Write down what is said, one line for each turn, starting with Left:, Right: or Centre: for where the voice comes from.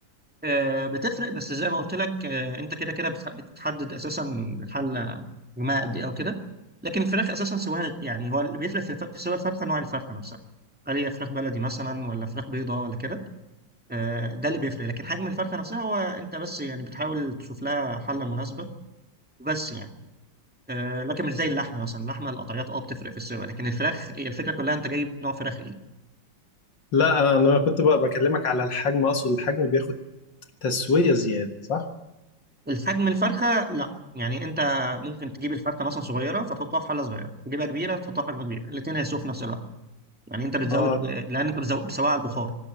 Centre: آه، بتفرق بس زي ما قلت لك آه، انت كده كده بتح- بتحدد اساسا الحله جماعه قد ايه او كده لكن الفراخ اساسا سواها يعني هو اللي بيفرق في في سوى الفرخه نوع الفرخه نفسها هل هي فراخ بلدي مثلا ولا فراخ بيضاء ولا كده آه، ده اللي بيفرق لكن حجم الفرخه نفسها هو انت بس يعني بتحاول تشوف لها حله مناسبه بس يعني آه، لكن مش زي اللحمه مثلا اللحمه القطعيات اه بتفرق في السوى لكن الفراخ هي الفكره كلها انت جايب نوع فراخ ايه
Left: لا انا كنت بقى بكلمك على الحجم اقصد الحجم بياخد تسوية زيادة صح؟
Centre: الحجم الفرخه لا يعني انت ممكن تجيب الفرخه مثلا صغيره فتحطها في حله صغيره تجيبها كبيره تحطها في حجم كبير الاثنين هيسوا في نفس الوقت يعني انت بتزود
Left: اه
Centre: ب... لان انت بتزود بتسويها على البخار